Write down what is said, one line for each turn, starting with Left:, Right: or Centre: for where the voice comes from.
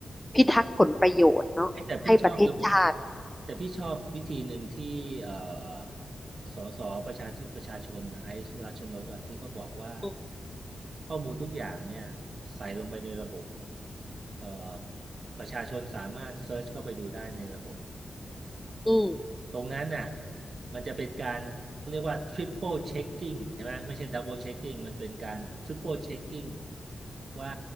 Centre: พิทักษ์ผลประโยชน์เนาะให้ประเทศชาติ
Right: เอ๊ะแต่พี่ชอบระบบแต่พี่ชอบวิธีหนึ่งที่เอ่อสสประชาธิประชาชนน่ะไอซ์รัชนกอะที่เขาบอกว่า
Centre: อืม
Right: ข้อมูลทุกอย่างเนี่ยใส่ลงไปในระบบเอ่อประชาชนสามารถเซิร์ชเข้าไปดูได้ในระบบ
Centre: อืม
Right: ตรงนั้นน่ะมันจะเป็นการเรียกว่า triple checking ใช่ไหมไม่ใช่ double checking มันเป็นการ triple checking ว่า